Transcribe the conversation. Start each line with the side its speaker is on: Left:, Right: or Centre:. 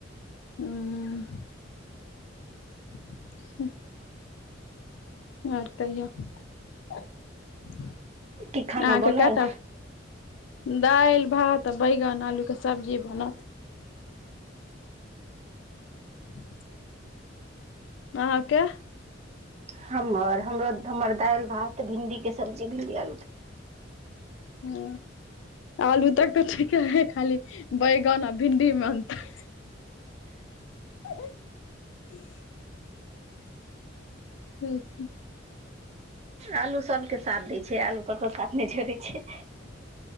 Left: ह ह आर कहियो। अहा
Right: की खाना बनल
Left: के केटा दालि भात बैगन आलूके सब्जी बनत ह अहाँ के?
Right: हमर हमरो हमर दालि भात भिंडी के सब्जी भिंडी आलू
Left: ह आलू तक तऽ ठीके है, खाली बैगन आ भिंडी मे अतर हिन्ही ठ छै।
Right: आलू सभके साथ दै छै, आलू ककरो साथ नहि जोड़ै छै।